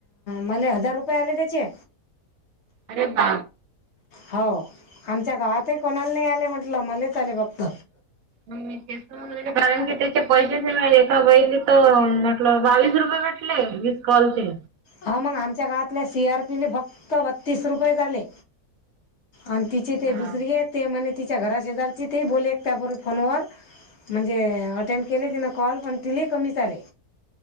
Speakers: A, on the left; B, on the right.
A: मला हजार रुपये आले त्याचे
B: अरे बा
A: हो आमच्या गावातही कोणाला नाही आले म्हटलं मलाच आले फक्त
B: ते कारण की त्याचे पैसेच ए पहिली तर म्हटलं बावीस रुपये कॉल चे
A: हा मग आमच्या गवातल्या सी आर पीने फक्त बत्तीस रुपये झाले आणि तिची ते
B: बापरे
A: दुसरी आहे ते म्हज तिच्या घराशेजारची ते बोलले एक त्यापूर्वी फोनवर म्हणजे अटेंड केले तिनं कॉल पण तिला कमी चाले.